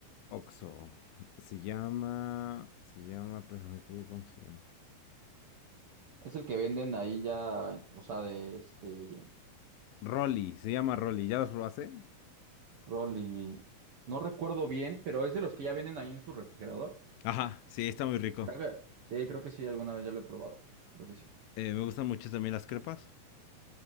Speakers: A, on the left; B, on the right.
A: Oxxo. Se llama, se llama, espérame, te digo cómo se llama.
B: Es el que venden ahí ya, o sea, de este
A: Rolly, se llama Rolly, ¿ya las probaste?
B: rol y no recuerdo bien, pero es de los que ya venden ahí en su refrigerador.
A: Ajá, sí, está muy rico.
B: Creo que, sí, creo que sí, alguna vez ya lo he probado. Creo que sí.
A: Eh, me gustan mucho también las crepas.